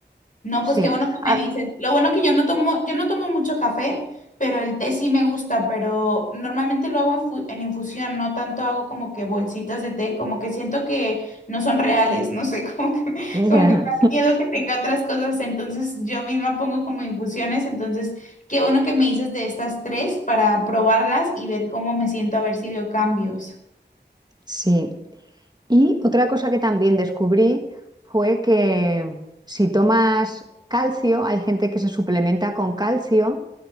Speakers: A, on the left; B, on the right.
A: No,
B: sí.
A: pues qué bueno que
B: Ah,
A: me dices. Lo bueno que yo no tomo, yo no tomo mucho café, pero el té sí me gusta, pero normalmente lo hago en, fu- en infusión, no tanto hago como que bolsitas de té, como que siento que no son reales, no sé, <laughs> como que,
B: ya,
A: como que me da miedo que tenga otras cosas, entonces yo misma pongo como infusiones, entonces qué bueno que me dices de estas tres para probarlas y ver cómo me siento, a ver si veo cambios.
B: sí. Y otra cosa que también descubrí fue que si tomas calcio, hay gente que se suplementa con calcio,